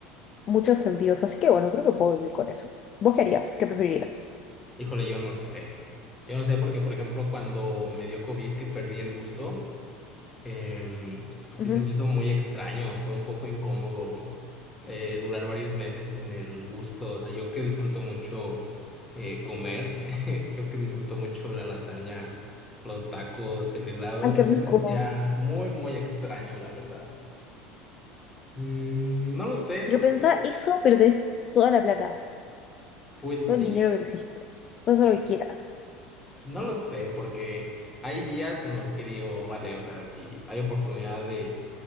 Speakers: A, on the left; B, on the left.
A: muchos sentidos, así que bueno, creo que puedo vivir con eso. ¿Vos qué harías? ¿Qué preferirías?
B: Híjole, yo no sé. Yo no sé porque, por ejemplo, cuando me dio COVID, que perdí el gusto, em, así
A: Ujú.
B: se me hizo muy extraño. Fue un poco incómodo eh, durar varios meses sin el gusto. O sea, yo que disfruto mucho eh, comer, <laughs> yo que disfruto mucho la lasaña, los tacos, el helado,
A: Ay,
B: así
A: qué rico.
B: se me hacía muy, muy extraño, la verdad. Mm, no lo sé porque,
A: Pero pensá eso, pero tenés toda la plata,
B: pues
A: todo
B: sí.
A: el dinero que existe. Puedes hacer lo que quieras.
B: No lo sé, porque hay días en los que digo, vale, o sea, si hay oportunidad de,